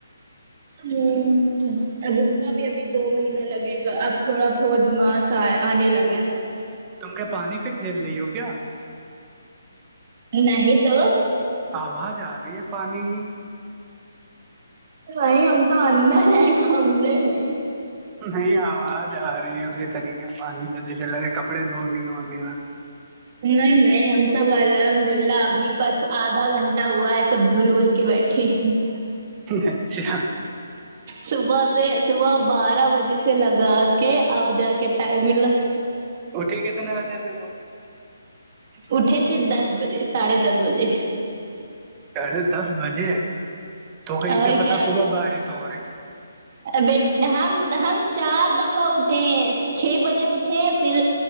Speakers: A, on the right; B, on the right.
A: ہ اب ان کا بھی ابھی دو مہینہ لگے گا اب تھوڑا بہت ماس س آنے لگا ہے
B: تم کے پانی سے کھیل رہی ہو کیا
A: نہیں تو
B: آواز آ رہی ہے پانی کی
A: تو وہی ہم تو اندر ہیں کمے میں
B: نہیں آواز آ رہی ہے پھر طریقے پانی سجے پ لگے کپڑے دھ رہی ہو وغیرہ
A: نہیں نہیں ہم سب الحمد اللہ ابھی بس آدھا گھنٹہ ہوا ہے سب دھول بول کے بیٹھے تٹھیک
B: اچھا
A: صبح سے صبح بارہ بجے سے لگا کے اب جا کے ٹائم ملا
B: ٹھیک ہےتنےا وہ
A: اٹے تھ دس بجے ساڑھے دس بجے
B: ساڑھے دس بجے تو کیسے
A: اور
B: پتا
A: کیا
B: صبح بارہ سو ہو رہی
A: بیٹ ہم ہم چار دفعہ اٹھے ہیں چھ بجے اٹھ اھے پھر